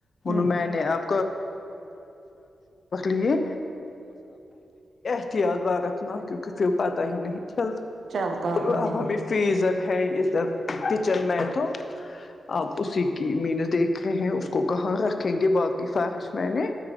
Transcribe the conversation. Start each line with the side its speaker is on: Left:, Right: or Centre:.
Right: ہوں
Left: میں نے اب لیے احتط باغت نا کیونکہ پھر پتہ ہی نہیںلد
Right: چلتا ہاں
Left: اب ہمشہ فریزر ہے اس کچن میں تو آپ اسی کی مینناتیں دیکھ رہے ہیں اس کو کہاں رکھیں گے باقی خواہش میں نے